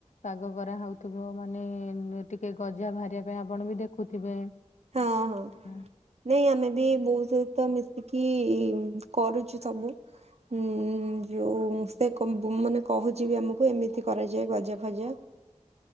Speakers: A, on the left (about 80°); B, on the right (about 60°).
A: ପାଗ କରାହଉଥିବ, ମାନେ ଟିକେ ଗଜା ବାହାରିବା ପାଇଁ ଆପଣ ବି ଦେଖୁଥିବେ।
B: ହଁ ହଁ
A: ହୁଁ।
B: ନାଇଁ ଆମେ ବି ବୋଉ ସହିତ ମିଶିକି କରୁଛୁ ସବୁ। ହୁଁ ଯୋଉ ସେ କ ବୁ ମାନେ କହୁଛି ବି ଆମକୁ। ଏମିତି କରାଯାଏ ଗଜା ଫଜା।